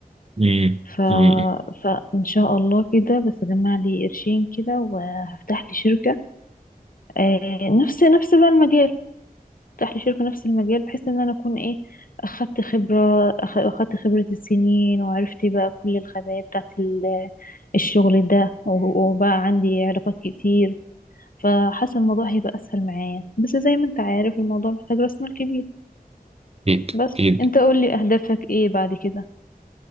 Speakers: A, on the right; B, on the left.
A: امم
B: ف...
A: امم
B: فان شاء الله كده بس اجمع لي قرشين كده وهفتح لي شركة آه، نفس نفس بقى المجال افتح لي شركة نفس المجال بحيث ان انا اكون ايه اخدت خبرة أخ- اخدت خبرة السنين وعرفت بقى كل الخبايا بتاعت ال- الشغل ده و- وبقى عندي علاقات كتير فحاسة الموضوع هيبقى اسهل معايا بس زي ما انت عارف الموضوع محتاج راس مال كبير
A: اكيد
B: بس
A: اكيد
B: انت قول لي اهدافك ايه بعد كده